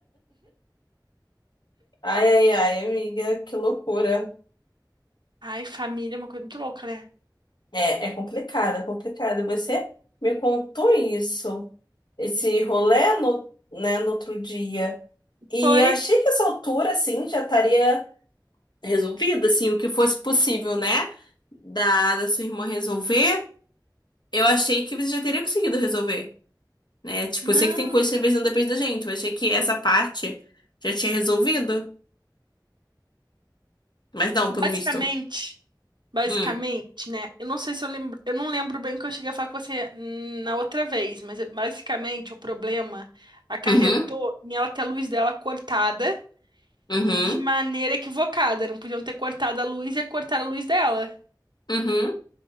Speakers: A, on the left (about 70°); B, on the right (about 75°).
A: Ai, ai, ai, amiga, que loucura.
B: Ai, família é uma coisa muito louca, né?
A: É, é complicado, é complicado. Você me contou isso, esse rolê no, né, no outro dia. E
B: Foi.
A: eu achei que essa altura, assim, já estaria resolvida, assim, o que fosse possível, né? Da, da sua irmã resolver, eu achei que você já teria conseguido resolver, né? Tipo,
B: Não,
A: eu sei que tem coisas que às vezes não depende da gente, eu achei que essa parte já tinha resolvido, mas não,
B: basicamente.
A: pelo visto.
B: Basicamente,
A: Hum.
B: né? Eu não sei se eu lembro, eu não lembro bem o que eu cheguei a falar com você hum, na outra vez, mas é- basicamente o problema acarretou
A: Uhum,
B: em ela ter a luz dela cortada
A: uhum,
B: de maneira equivocada. Não podiam ter cortado a luz e cortar a luz dela.
A: uhum.